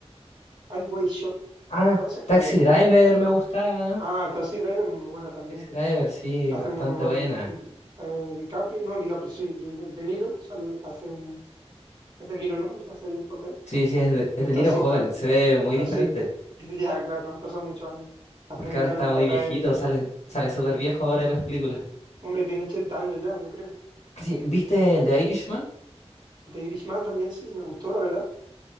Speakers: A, on the right; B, on the left.
A: Highway Shot,
B: Ah,
A: puede ser que
B: Taxi
A: la haya visto.
B: Driver me gustaba.
A: Ah, Taxi Driver es muy buena también.
B: Taxi Driver, sí,
A: Hace
B: bastante
A: un muy buen
B: buena.
A: mm, eh, DiCaprio, no, DiCaprio sí, Di- De, Niro, sale, hace un, es De Niro, ¿no? El que hace ahí el papel.
B: Sí, sí, es de, es
A: Del
B: de
A: taxista,
B: Niro joven, se ve muy
A: taxista.
B: diferente.
A: <laughs> Ya, claro, han pasado muchos años. Hace
B: Porque
A: un
B: ahora
A: gran
B: está
A: papel.
B: muy viejito, sale, sale súper viejo ahora en las películas.
A: Hombre, tiene 80 años ya, yo creo.
B: Sí, ¿viste The Irishman?
A: The Irishman también sí, me gustó, la verdad.